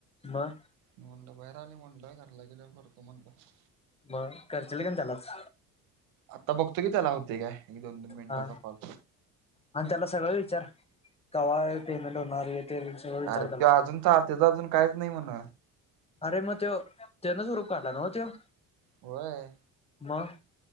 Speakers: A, on the left; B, on the right.
A: मग.
B: म्हटल बाहेर आलोय म्हटलं, घरला गेल्यावर करतो म्हणलं.
A: मग करचील कणी त्यालाच.
B: आता बघतो की त्याला होतंय. काय एक दोन दोन मिनिटांचा
A: हा
B: कॉल.
A: आणि त्याला सगळं विचार कवा पेमेंट होणार हे ते. सगळं विचार
B: अरे
A: त्याला
B: तो अजूनच त्यांच अजून काहीच नाही म्हण.
A: अरे मग तो त्यानंच ग्रप काढला न्हव तो.
B: होय.
A: मग.